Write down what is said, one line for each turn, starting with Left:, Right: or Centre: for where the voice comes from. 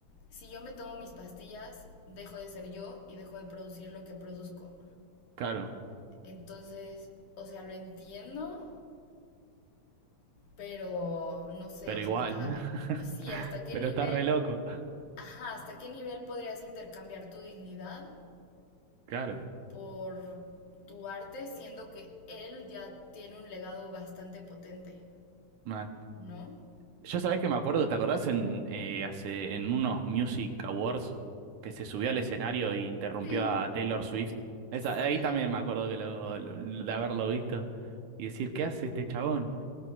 Left: si yo me tomo mis pastillas, dejo de ser yo y dejo de producir lo que produzco.
Right: Claro,
Left: Entonces, o sea, lo entiendo, pero no sé,
Right: pero
Left: o
Right: igual.
Left: sea, hasta, sí,
Right: <laughs>
Left: hasta qué
Right: Pero
Left: nivel
Right: está re loco.
Left: Ajá, ¿hasta qué nivel podrías intercambiar tu dignidad
Right: Claro,
Left: por tu arte, siendo que él ya tiene un legado bastante potente,
Right: mal.
Left: ¿no?
Right: Yo sabés que me acuerdo, ¿te acordás en eh, hace en unos Music Awards que se subió al escenario e interrumpió
Left: Sí,
Right: a Taylor Swift? Esa,
Left: sí.
Right: ahí también me acuerdo que lo, lo- de haberlo visto y decir, ¿qué hace este chabón?